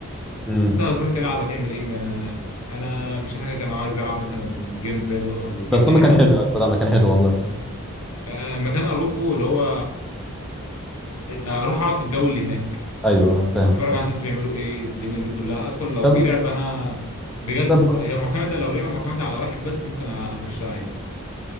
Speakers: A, in the centre; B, on the left (about 85°).
A: امم
B: بس انت هتروح تلعب هتعمل ايه ما- انا مش حاجه كان عايز العب مثلا جيم فالو او جيم
A: بس
B: اي
A: هما كان
B: حاجه
A: حلو يا استاذ ما كان حلو والله الصراحه
B: آه، مكان اروحه اللي هو آه، اروح اقعد في الجو اللي هناك
A: ايوه فاهم
B: اتفرج
A: فاهم
B: على الناس بيعملوا ايه الدنيا دي كلها ادخل لو
A: طب
B: في لعبه انا بجد
A: طب
B: هي معتمده لو لعبه معتمده على واحد بس ممكن اخشها عادي